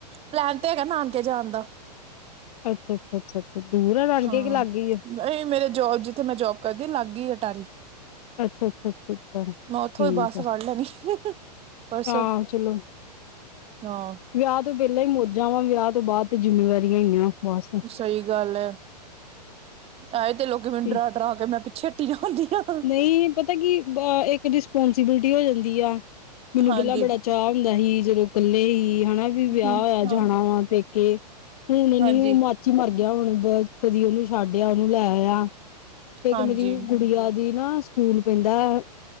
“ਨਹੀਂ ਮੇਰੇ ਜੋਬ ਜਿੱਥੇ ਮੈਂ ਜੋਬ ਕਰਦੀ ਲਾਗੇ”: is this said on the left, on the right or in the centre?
Right